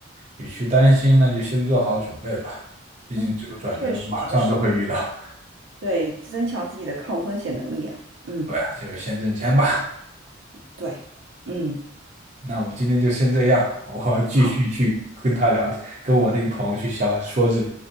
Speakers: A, on the right; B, on the right.
A: 你去担心，那就先做好准备吧，毕竟这个转折马上都会遇到。
B: 嗯，确实确实。对，增强自己的抗风险能力啊。嗯，
A: 对啊，就先挣钱吧。
B: 对，嗯，
A: 那我们今天就先这样，我继续去跟他聊天，
B: 好，
A: 跟我那个朋友去想说是，